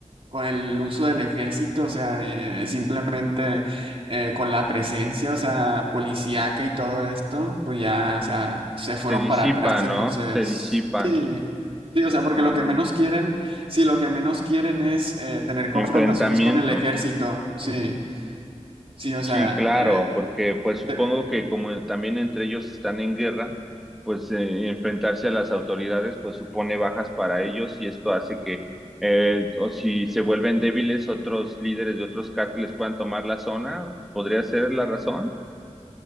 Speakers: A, on the right; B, in the centre.
A: con el uso del ejército, o sea, eh, simplemente eh, con la presencia, o sea, policíaca y todo esto, pues ya, o sea, se
B: Se
A: fueron
B: disipan,
A: para atrás, entonces,
B: ¿no? Se disipan.
A: sí, sí, o sea, porque
B: Ah,
A: lo que menos quieren Sí, lo que menos quieren es eh, tener confrontaciones
B: enfrentamientos.
A: con el ejército. Sí, sí, o sea,
B: Sí, claro,
A: eh,
B: porque pues supongo
A: te-
B: que como también entre ellos están en guerra, pues eh, enfrentarse a las autoridades pues supone bajas para ellos y esto hace que eh, o si se vuelven débiles otros líderes de otros cárteles puedan tomar la zona, ¿podría ser la razón?